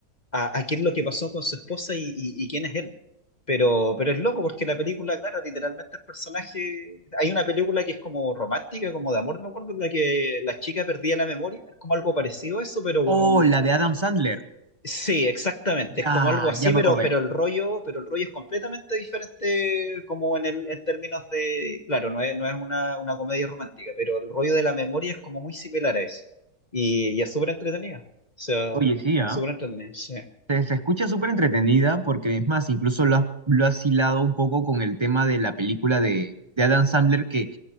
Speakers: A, on the left; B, on the right.
A: a, a qué es lo que pasó con su esposa y, y- y quién es él. Pero, pero es loco porque la película, claro, literalmente el personaje, hay una película que es como romántica, como de amor, no me acuerdo, en la que la chica perdía la memoria, es como algo parecido a eso, pero
B: Oh,
A: con un,
B: la de Adam Sandler.
A: Sí, exactamente.
B: Ya,
A: Es como algo así,
B: ya me
A: pero,
B: acordé.
A: pero el rollo, pero el rollo es completamente diferente como en el, en términos de, claro, no es, no es una, una comedia romántica, pero el rollo de la memoria es como muy similar a eso. Y, y es súper entretenida. O sea,
B: Oye, sí, ¿ah?
A: súper entretenida. Sí.
B: Se, se escucha súper entretenida porque es más, incluso lo has, lo has hilado un poco con el tema de la película de, de Adam Sandler que